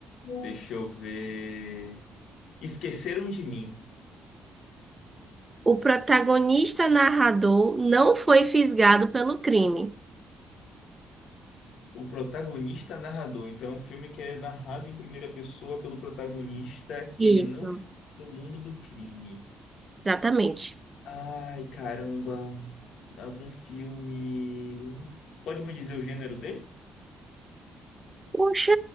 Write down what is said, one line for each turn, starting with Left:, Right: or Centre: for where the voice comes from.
Left: Deixa eu ver. Esqueceram de mim.
Right: O protagonista narrador não foi fisgado pelo crime.
Left: O protagonista é narrador. Então é um filme que é narrado em primeira pessoa pelo protagonista que
Right: Isso,
Left: ele não foi pro mundo do crime.
Right: exatamente.
Left: Ai, caramba. Algum filme. Pode me dizer o gênero dele?
Right: Poxa,